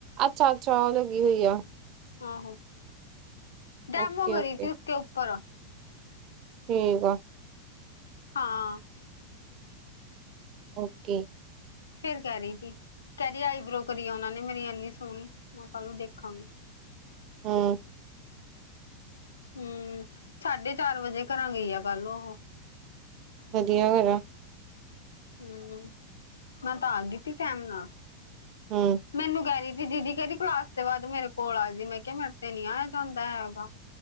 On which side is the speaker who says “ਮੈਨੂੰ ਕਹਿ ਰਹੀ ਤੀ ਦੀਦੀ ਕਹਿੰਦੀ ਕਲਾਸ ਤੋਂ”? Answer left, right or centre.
Left